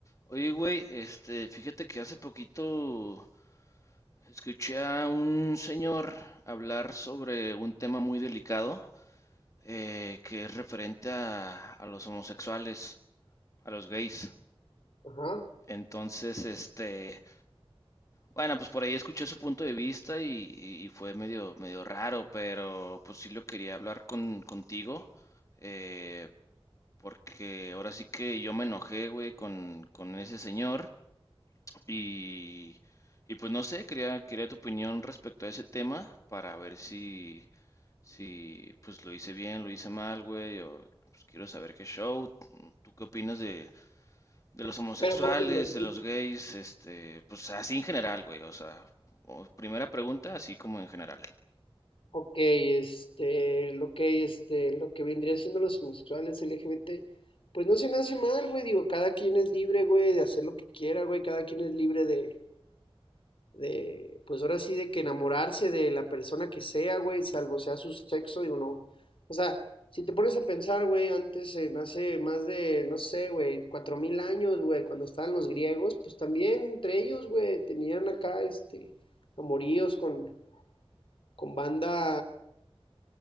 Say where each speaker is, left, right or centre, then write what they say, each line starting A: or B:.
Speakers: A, on the left; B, on the left.
A: Oye, güey, este, fíjate que hace poquito escuché a un señor hablar sobre un tema muy delicado, eh, que es referente a, a los homosexuales, a los gays.
B: Ajá.
A: Entonces, este, bueno, pues por ahí escuché su punto de vista y, y- y fue medio, medio raro, pero pues sí lo quería hablar con, contigo, eh, porque ahora sí que yo me enojé, güey, con, con ese señor. Y, y pues no sé, quería, quería tu opinión respecto a ese tema para ver si, si pues lo hice bien, lo hice mal, güey, o pues quiero saber qué show. ¿Tú qué opinas de, de los homosexuales,
B: Pero por ejemplo,
A: de los gays, este, pues así en general, güey, o sea, o- primera pregunta, así como en general.
B: ok, este, lo que, este, lo que vendría siendo los homosexuales LGBT, pues no se me hace mal, güey, digo, cada quien es libre, güey, de hacer lo que quiera, güey, cada quien es libre de, de, pues ahora sí, de que enamorarse de la persona que sea, güey, salvo sea su sexo, digo, no. O sea, si te pones a pensar, güey, antes, eh, hace más de, no sé, güey, cuatro mil años, güey, cuando estaban los griegos, pues también entre ellos, güey, tenían acá, este, amoríos con con banda,